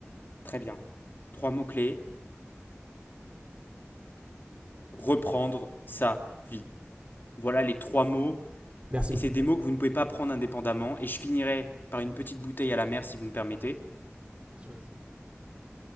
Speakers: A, on the left; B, on the right.
A: très bien. Trois mots-clés. Reprendre sa vie. Voilà les trois mots.
B: Merci
A: Et
B: beaucoup.
A: c'est des mots que vous ne pouvez pas prendre indépendamment. Et je finirai par une petite bouteille à la mer, si vous me permettez.
B: Bien sûr, allez-y.